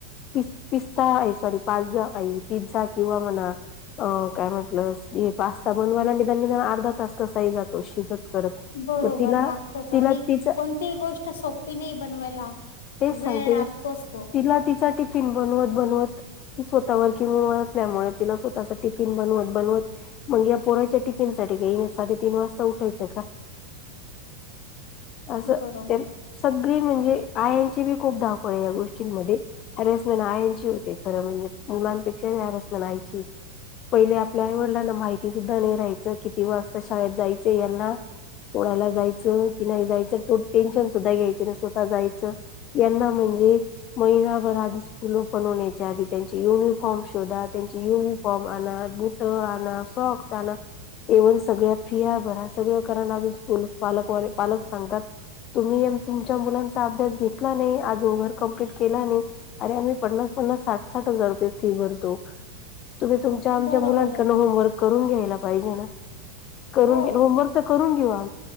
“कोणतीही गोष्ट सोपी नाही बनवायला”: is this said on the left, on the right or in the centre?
Left